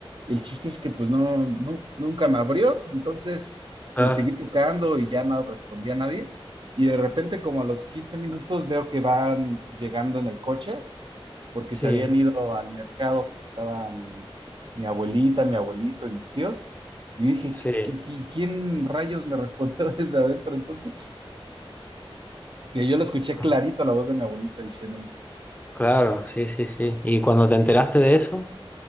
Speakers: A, on the right (about 55°); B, on the left (about 15°).
A: el chiste es que pues no, no, nunca me abrió, entonces
B: ah,
A: le seguí tocando y ya no respondía a nadie. Y de repente como a los 15 minutos veo que van llegando en el coche porque
B: sí,
A: se habían ido al mercado. Estaba mi, mi abuelita, mi abuelito y mis tíos. Y yo dije,
B: sí.
A: "¿Qui- qui- qui- ¿quién rayos me respondió <laughs> desde adentro entonces? Que yo lo escuché
B: Ah,
A: clarito la voz de mi abuelita diciéndome,
B: Claro, sí, sí, sí. ¿Y cuando te enteraste de eso,